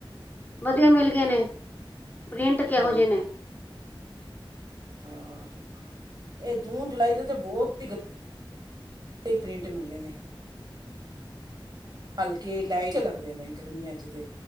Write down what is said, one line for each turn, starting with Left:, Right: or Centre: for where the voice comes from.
Left: ਵਧੀਆ ਮਿਲ ਗਏ ਨੇ। ਪ੍ਰਿੰਟ ਕਿਹੋ
Right: ਹਾਂਜੀ
Left: ਜਿਹੇ ਨੇ।
Right: ਹਾਂ। ਇਹ ਜੂਨ, ਜੁਲਾਈ ਦੇ ਤੇ ਬਹੁਤ ਹੀ <unintelligible> ਹੁੰਦੇ ਨੇ। ਹਲਕੇ ਲਾਈਟ ਜੇ ਲੱਗਦੇ ਨੇ ਗਰਮੀਆਂ ਚ ਤੇ।